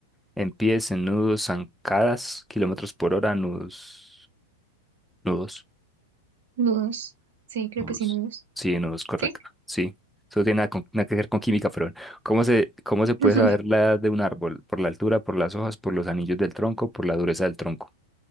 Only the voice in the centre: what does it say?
En pies, en nudos, zancadas, kilómetros por hora, nudos. Nudos.
Nudos.
Sí, nudos, correcto.
Sí. Eso tiene nada, con- nada que ver con química, pero bueno. ¿cómo se, cómo se puede
saber la edad de un árbol? Por la altura, por las hojas, por los anillos del tronco, por la dureza del tronco.